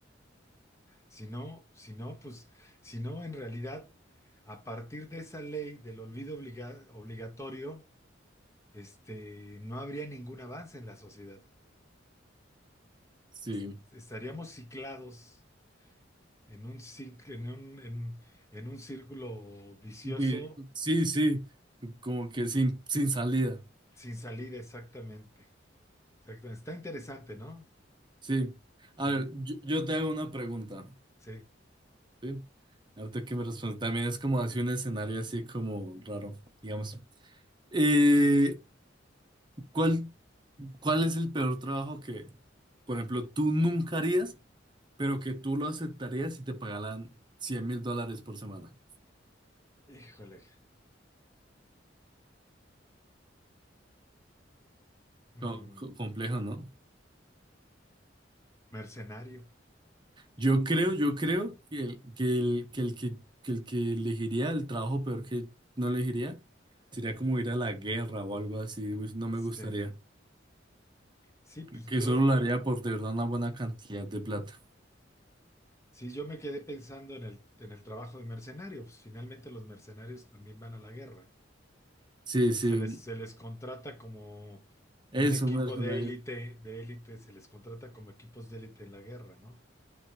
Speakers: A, on the left; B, on the right.
A: Si no, si no, pues, si no, en realidad, a partir de esa ley del olvido obliga- obligatorio, este, no habría ningún avance en la sociedad.
B: Sí.
A: Es- estaríamos ciclados en un, cinc- en un, en, en un círculo vicioso
B: Vi- sí, sí. Como que sin, sin salida.
A: sin salida, exactamente. Exactamente. Está interesante, ¿no?
B: Sí.
A: Sí,
B: A ver, yo, yo te hago una pregunta.
A: sí.
B: Sí. Ahorita que me responde, también es como así un escenario así como raro, digamos. Eh, ¿cuál, cuál es el peor trabajo que, por ejemplo, tú nunca harías, pero que tú lo aceptarías si te pagaran cien mil dólares por semana?
A: Híjole. Mm,
B: Co- co- complejo, ¿no?
A: mercenario.
B: Yo creo, yo creo que el que, el, que, el que, que el que elegiría el trabajo peor que no elegiría sería como ir a la guerra o algo así. Uy, no me
A: Sí.
B: gustaría.
A: Sí, pues
B: Que
A: yo.
B: solo lo haría por de verdad una buena cantidad de plata.
A: Sí, yo me quedé pensando en el, en el trabajo de mercenario, pues finalmente los mercenarios también van a la guerra.
B: Sí,
A: O sea,
B: sí,
A: se les, se les contrata como
B: es
A: un equipo
B: un mercenario.
A: de élite, de élite, se les contrata como equipos de élite en la guerra, ¿no?